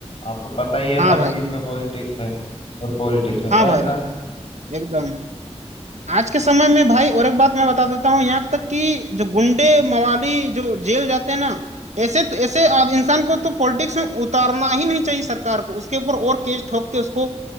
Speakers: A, on the left; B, on the right.
A: आपको पता ही है
B: हाँ
A: हर
B: भाई
A: चीज में पॉलिटिक्स है और पॉलिटिक्स में
B: हाँ
A: पैसा
B: भाई
A: है
B: एकदम आज के समय में भाई और एक बात मैं बता देता हूँ यहाँ तक कि जो गुंडे मवाली जो जेल जाते हैं ना ऐसे तो, ऐसे आद- इंसान को तो पॉलिटिक्स में उतारना ही नहीं चाहिए सरकार को उसके ऊपर और केस ठोक के उसको